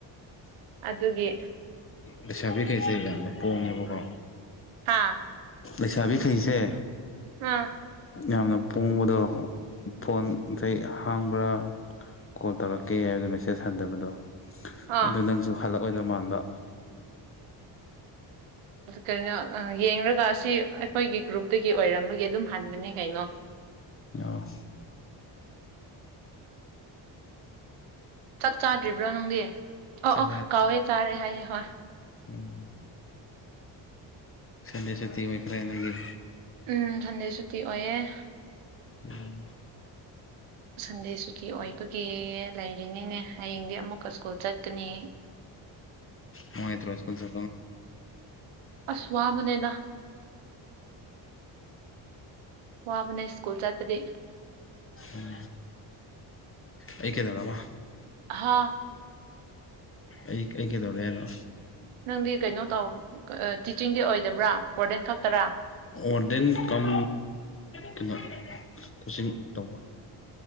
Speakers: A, on the right (about 80°); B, on the left (about 25°).
A: ꯑꯗꯨꯒꯤ
B: ꯂꯩꯁꯥꯕꯤꯈꯩꯁꯦ ꯌꯥꯝꯅ ꯄꯣꯡꯉꯦꯕꯀꯣ
A: ꯍꯥꯥ
B: ꯂꯩꯁꯥꯕꯤ ꯐꯩꯁꯦ
A: ꯑꯥ
B: ꯌꯥꯝꯅ ꯄꯣꯡꯕꯗꯣ ꯐꯣꯟ ꯑ ꯍꯥꯡꯕ꯭ꯔꯥ ꯀꯣꯜ ꯇꯧꯔꯛꯀꯦ ꯍꯥꯏꯕꯗꯣ ꯃꯦꯁꯦꯖ ꯍꯟꯊꯕꯗꯣ
A: ꯑꯥ
B: ꯑꯗꯨ ꯅꯪꯁꯨ ꯍꯜꯂꯛꯑꯣꯏꯗꯧ ꯃꯥꯟꯕ
A: ꯀꯩꯅꯣ ꯌꯦꯡꯒ ꯑꯁꯤ ꯑꯩꯈꯣꯏꯒꯤ ꯒ꯭ꯔꯨꯞꯇꯒꯤ ꯑꯣꯏꯔꯝꯕꯒꯤ ꯑꯗꯨꯝ ꯍꯟꯕꯅꯦ ꯀꯩꯅꯣ
B: ꯑ
A: ꯆꯥꯛ ꯆꯥꯗ꯭ꯔꯤꯕ꯭ꯔꯣ ꯅꯪꯗꯤ ꯑꯣ
B: ꯆꯥꯛ
A: ꯑꯣ ꯀꯥꯎꯋꯦ ꯆꯥꯔꯦ ꯍꯥꯏꯌꯦꯦ ꯍꯣꯏ
B: ꯎꯝ ꯁꯗ ꯁꯇ ꯈ꯭ꯔꯅꯒꯤꯦ
A: ꯎꯝ ꯁꯟꯗꯦ ꯁꯨꯇꯤ ꯑꯣꯏꯌꯦꯦ
B: ꯎꯝ
A: ꯁꯟꯗꯦ ꯁꯨꯇꯤ ꯑꯣꯏꯕꯒꯤ ꯂꯩꯔꯤꯅꯤꯅꯦ ꯍꯌꯦꯡꯗꯤ ꯑꯃꯨꯛꯀ ꯁ꯭ꯀꯨꯜ ꯆꯠꯀꯅꯤ
B: ꯎꯝ ꯃ ꯇ꯭ꯔꯣ ꯏꯁꯀꯨꯜ ꯆ
A: ꯑꯁꯋꯥꯕꯅꯦꯗꯥ ꯋꯥꯕꯅ ꯁ꯭ꯀꯨꯜ ꯆꯠꯇꯗꯤ
B: ꯎꯝ ꯑꯩ ꯀꯦꯗꯔ ꯋꯥ
A: ꯍꯥꯥ
B: ꯑꯩ ꯑꯩ ꯀꯩꯗꯧꯔꯦꯅꯣ
A: ꯅꯪꯗꯤ ꯀꯩꯅꯣ ꯇꯧ ꯇꯤꯆꯤꯡꯗꯤ ꯑꯣꯏꯗꯕ꯭ꯔꯥ ꯏꯁꯣꯔꯗꯦꯟ ꯈꯛꯇꯔꯥ
B: ꯑꯣꯔꯗꯦꯟ ꯀꯝ ꯀꯤꯂꯣ ꯈꯨꯆ ꯇꯧꯕ